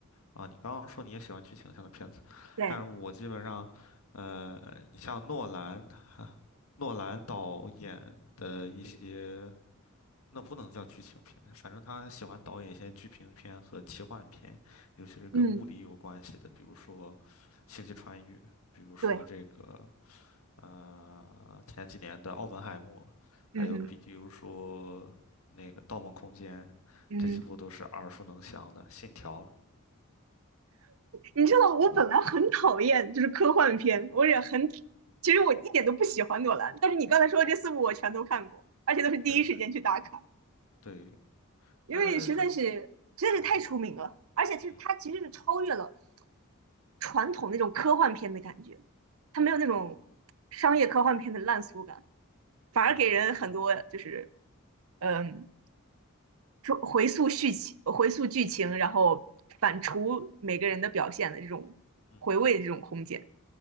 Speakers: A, on the left; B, on the right.
A: 啊，你刚刚说你也喜欢剧情向的片子，
B: 对，
A: 但是我基本上，呃，你像诺兰，诺兰导演的一些，那不能叫剧情片，反正他喜欢导演一些剧情片和奇幻片，尤其是跟物理有关系的，
B: 嗯，
A: 比如说《星际穿越》，比如说这个
B: 对，
A: 呃前几年的《奥本海默》，还有比比如说那个《盗梦空间》，
B: 嗯哼，嗯哼
A: 这几部都是耳熟能详的，《信条》。
B: 你知道，我本来很讨厌就是科幻片，我也很，其实我一点都不喜欢诺兰，但是你刚才说的这四部我全都看过，而且都是第一时间去打卡，
A: 对，对，
B: 因为实在是
A: 呃，就
B: 实在是太出名了，
A: 嗯哼，
B: 而且是它其实是超越了
A: 嗯
B: 传统那种科幻片的感觉，它没有那种商业科幻片的烂俗感，
A: 嗯哼，
B: 反而给人很多就是
A: 嗯嗯
B: 嗯，说回溯剧情、回溯剧情，
A: 嗯哼，
B: 然后反刍每个人的表现的这种回味的这种空间。
A: 嗯哼，